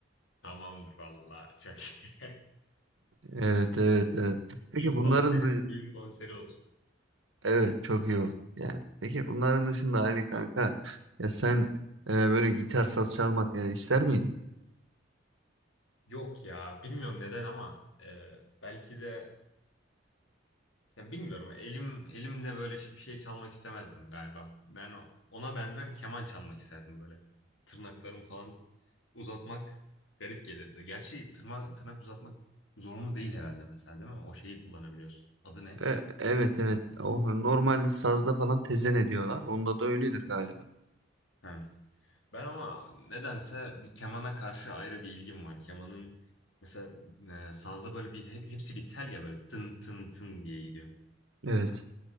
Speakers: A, on the left; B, on the right.
A: Tamamdır valla. Çok iyi.
B: Evet evet evet.
A: <laughs>
B: Peki
A: İlk
B: bunların
A: konserin düğün konseri olsun.
B: Evet çok iyi olur. Yani peki bunların dışında Ali kanka ya sen e, böyle gitar saz çalmak e, ister miydin?
A: Yok ya bilmiyorum neden ama e, belki de Ya bilmiyorum. Elim elimle böyle bir şey çalmak istemezdim galiba. Ben o- ona benzer keman çalmak isterdim böyle. Tırnaklarımı falan uzatmak garip gelirdi. Gerçi tırma, tırnak uzatmak zorunlu değil herhalde mesela değil mi? O şeyi kullanabiliyorsun. Adı ne?
B: E, evet evet. O normal sazda falan tezen ediyorlar. Onda da öyledir galiba.
A: Ha. Ben ama nedense bir kemana karşı ayrı bir ilgim var. Kemanın mesela e, sazda böyle bir hep hepsi bir tel ya böyle tın tın tın diye gidiyor.
B: Evet.